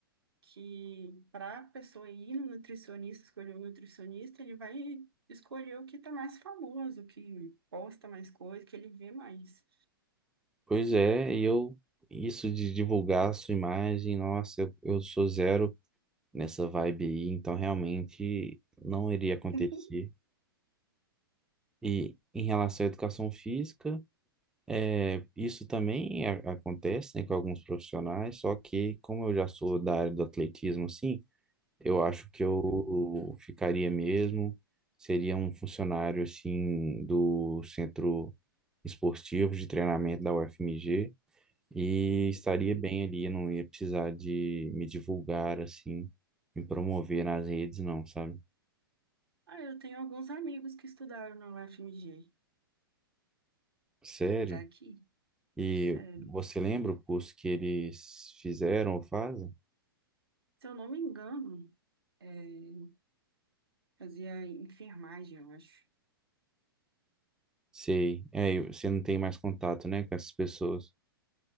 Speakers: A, on the right; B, in the centre.
A: que para a pessoa ir no nutricionista, escolher o nutricionista, ele vai escolher o que está mais famoso, que posta mais coisa, que ele vê mais.
B: Pois é, e eu isso de divulgar a sua imagem, nossa, eu, eu sou zero nessa vibe aí, então realmente não iria acontecer.
A: <laughs>
B: E em relação à educação física, é, isso também a- acontece, né, com alguns profissionais, só que como eu já sou da área do atletismo, assim, eu acho que eu
A: Uhum,
B: ficaria mesmo, seria um funcionário, assim, do centro esportivo de treinamento da UFMG, e estaria
A: uhum.
B: bem ali, eu não ia precisar de me divulgar, assim, me promover nas redes, não, sabe?
A: Ah, eu tenho alguns amigos que estudaram na UFMG
B: Sério?
A: daqui,
B: E
A: sério.
B: você lembra o curso que eles fizeram ou fazem?
A: Se eu não me engano, é, fazia enfermagem, eu acho.
B: Sei. É, e você não tem mais contato, né, com essas pessoas.